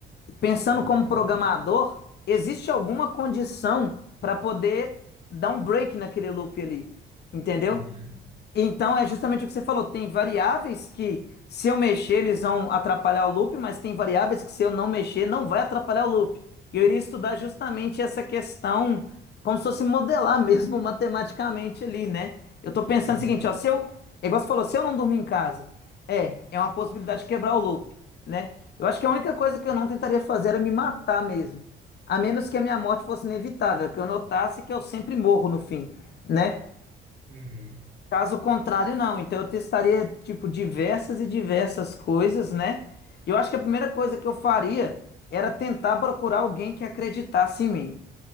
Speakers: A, on the left; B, on the right.
A: Pensando
B: Uhum.
A: como programador, existe alguma condição para poder dar um break naquele loop ali, entendeu?
B: Uhum.
A: Então é justamente o que você falou. Tem variáveis que, se eu mexer, eles vão atrapalhar o loop, mas tem variáveis que, se eu não mexer, não vai atrapalhar o loop. E eu iria estudar justamente essa questão, como se fosse modelar mesmo <laughs> matematicamente ali, né? Eu tô pensando
B: Uhum.
A: o seguinte, ó, se eu, é igual você falou, se eu não dormir em casa, é, é uma possibilidade de quebrar o loop, né? Eu acho que a única coisa que eu não tentaria fazer era me matar mesmo. A menos que a minha morte fosse inevitável, que eu notasse que eu sempre morro no fim, né?
B: Uhum.
A: Caso contrário, não. Então eu testaria, tipo, diversas e diversas coisas, né? E eu acho que a primeira coisa que eu faria era tentar procurar alguém que acreditasse em mim,